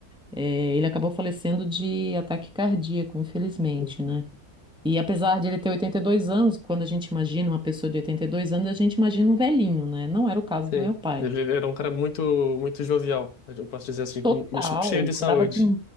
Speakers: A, in the centre; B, on the left (about 75°).
A: É, ele acabou falecendo de ataque cardíaco, infelizmente,
B: uhum.
A: né? E apesar de ele ter 82 anos, quando a gente imagina uma pessoa de 82 anos, a gente imagina um velhinho, né? Não era o caso
B: Sim,
A: do meu pai.
B: ele ele era um cara muito muito jovial, eu posso dizer assim,
A: Total,
B: mu- mu- cheio de saúde.
A: andava de.